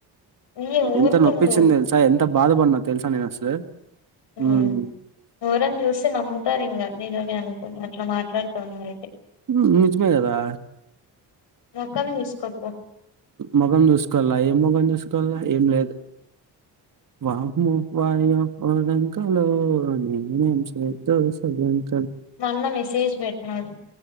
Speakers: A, on the left; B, on the right.
A: ఇయ్య ఊరుకుండు
B: ఎంత నొప్పించింది తెలుసా ఎ ఎంత బాధపడిన్నా తెలుసా నేను అసలు
A: ఉమ్
B: హ్మ్
A: ఎవరన్నా జూస్తే నమ్ముతారు ఇంగా నిజమే అనుకుని అట్లా మాట్లాడుతవ్ నువ్వు
B: ఉమ్ నిజమే గదా
A: మొఖాన్ని చూసుకోపో
B: మొగం జూసుకోవలా ఏం మొగం జూసుకోవాలా ఏం లేదు వామ్మో వాయ్యో ఒల్లెంకలో నేనేం చెద్దు సల్లెంకలో
A: మొన్న మెసేజ్ బెట్టి నాడు